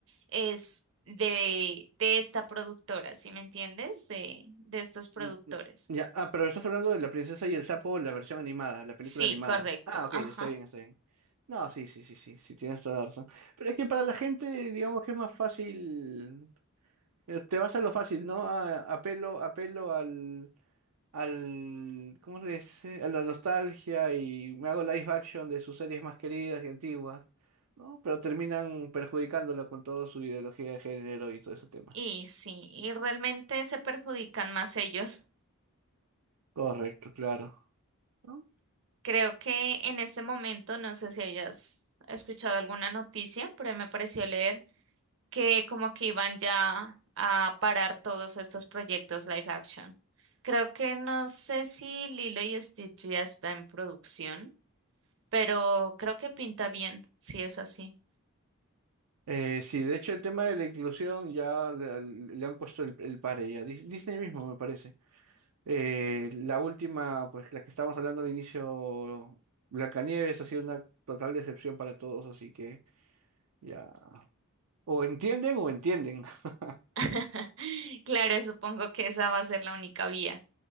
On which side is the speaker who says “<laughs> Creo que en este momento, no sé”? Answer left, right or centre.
Right